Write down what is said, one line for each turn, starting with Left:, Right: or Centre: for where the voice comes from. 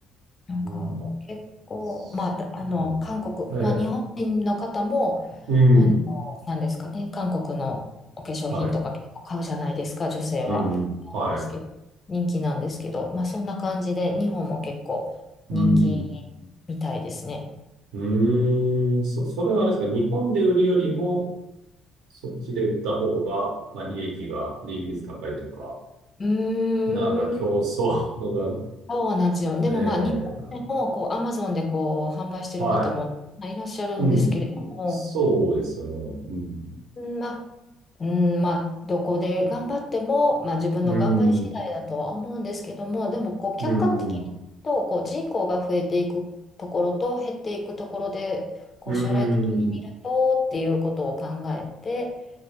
Left: なんか結構、
Right: ん。あ、そうなの
Left: まあ、だあの、韓国、まあ日本人の方も、
Right: ええ。うん。
Left: あの、なんですかね、韓国のお化粧品とか結構買うじゃないですか、
Right: はい。
Left: 女性は。
Right: うんうん。はい。
Left: ですけど、人気なんですけど、まあそんな感じで日本も結構人気
Right: うん。
Left: みたいですね。
Right: うーん。そ、それはあれですか。日本で売るよりも、そっちで売った方が、まあ、利益が、利益率高いとか。
Left: うーん。
Right: なんか競争が
Left: そうなんですよ。でもまあ、
Right: ええ、
Left: 日本でもこう、アマゾンでこう、販売してる方もまあいらっしゃるんですけれども、
Right: はい。うん。そうですよね。うん。
Left: うんまあ、うんまあ、どこで頑張っても、まあ、自分の頑張り次第だとは思うんですけども、
Right: うん。
Left: でもこう、客観的に言うと、
Right: うん。
Left: こう、人口が増えていくところと減っていくところで、こう、
Right: うん。
Left: 将来的に見るとっていうことを考えて